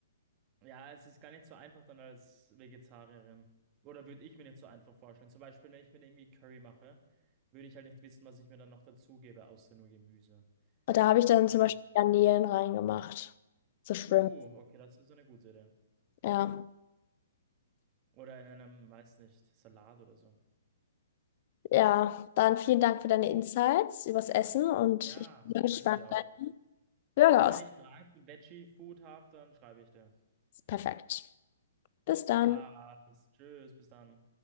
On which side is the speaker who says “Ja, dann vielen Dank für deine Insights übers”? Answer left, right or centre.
Left